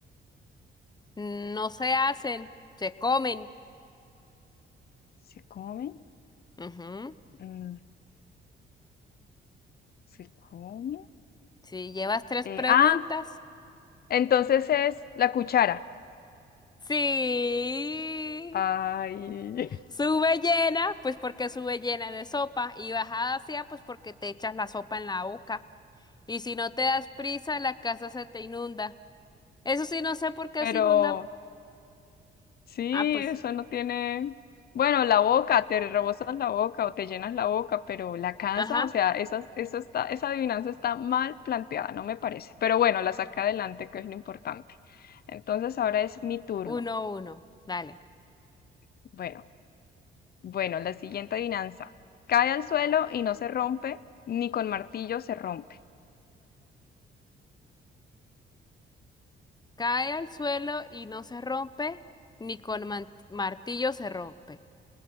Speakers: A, on the left; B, on the left.
A: No se hacen, se comen.
B: ¿Se come?
A: Ujú.
B: Mm, ¿se come?
A: Si llevas tres
B: Eh,
A: preguntas.
B: ah, entonces es la cuchara.
A: Sí.
B: Ay, <laughs>
A: Sube llena, pues porque sube llena de sopa. Y bajada hacia, pues porque te echas la sopa en la boca. Y si no te das prisa, la casa se te inunda. Eso sí, no sé por qué
B: pero...
A: se inunda.
B: Sí,
A: Ah, pues.
B: eso no tiene. Bueno, la boca, te rebosas la boca o te llenas la boca, pero la casa,
A: Ajá.
B: o sea, esas, eso está, esa adivinanza está mal planteada, no me parece. Pero bueno, la saca adelante, que es lo importante. Entonces ahora es mi turno.
A: Uno, uno. Dale.
B: Bueno, bueno, la siguiente adivinanza. Cae al suelo y no se rompe, ni con martillo se rompe,
A: Cae al suelo y no se rompe, ni con man- martillo se rompe.